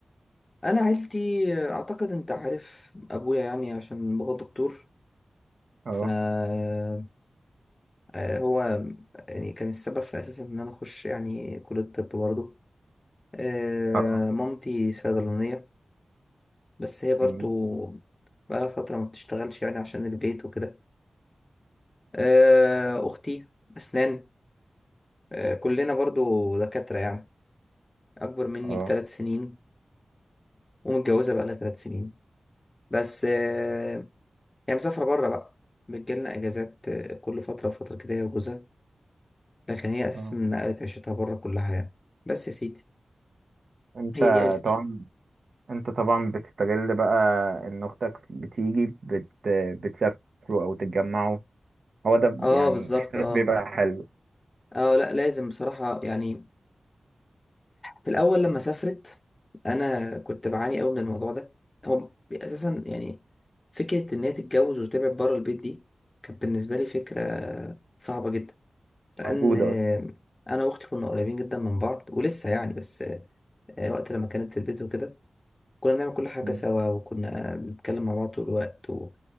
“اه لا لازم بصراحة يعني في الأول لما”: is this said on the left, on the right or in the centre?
Left